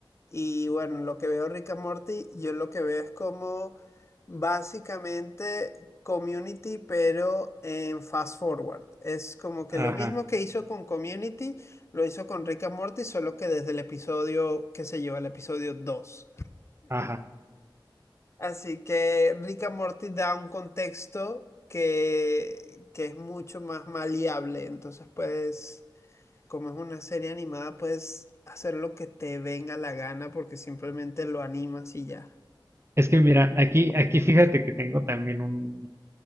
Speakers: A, on the left (about 35°); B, on the right (about 30°).
A: Y bueno, lo que veo Rick and Morty, yo lo que veo es como básicamente Community, pero en fast forward. Es como que
B: Ajá,
A: lo mismo que hizo con Community, lo hizo con Rick and Morty, solo que desde el episodio, qué sé yo, el episodio 2.
B: ajá.
A: Así que Rick and Morty da un contexto que, que es mucho más maleable. Entonces puedes, como es una serie animada, puedes hacer lo que te venga la gana porque simplemente lo animas y ya.
B: Es que mira, aquí, aquí fíjate que tengo también un,